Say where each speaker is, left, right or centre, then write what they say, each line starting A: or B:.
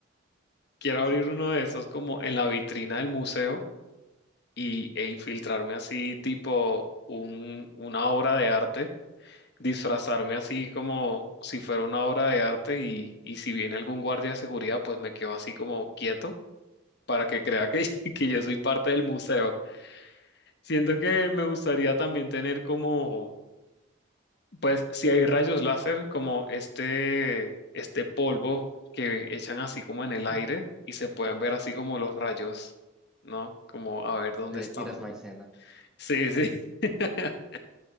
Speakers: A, on the left; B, in the centre.
A: quiero
B: sí.
A: abrir uno de esos como en la vitrina del museo y, e infiltrarme así tipo un, una obra de arte disfrazarme así como si fuera una obra de arte y, y si viene algún guardia de seguridad, pues me quedo así como quieto para que crea que, <laughs> que yo soy parte del museo. Siento que me gustaría también tener como, pues si hay rayos láser, como este, este polvo que echan así como en el aire
B: No.
A: y se pueden ver así como los rayos, ¿no? Como a ver dónde
B: Le
A: están.
B: tiras maicena.
A: Sí, sí. <laughs>